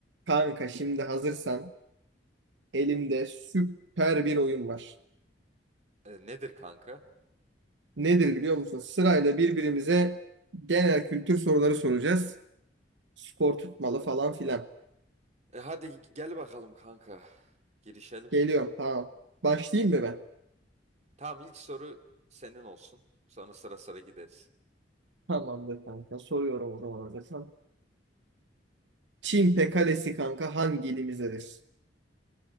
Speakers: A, on the right (about 80°); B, on the right (about 40°).
A: Kanka şimdi hazırsan elimde süper bir oyun var.
B: E, nedir kanka?
A: Nedir biliyor musun? Sırayla birbirimize genel kültür soruları soracağız. Skor tutmalı falan filan.
B: E, hadi gel bakalım kanka. Girişelim.
A: Geliyorum tamam. Başlayayım mı ben?
B: Tamam ilk soru senin olsun. Sonra sıra sıra gideriz.
A: Tamamdır kanka. Soruyorum o zaman hazırsan. Çimpe Kalesi kanka hangi ilimizdedir?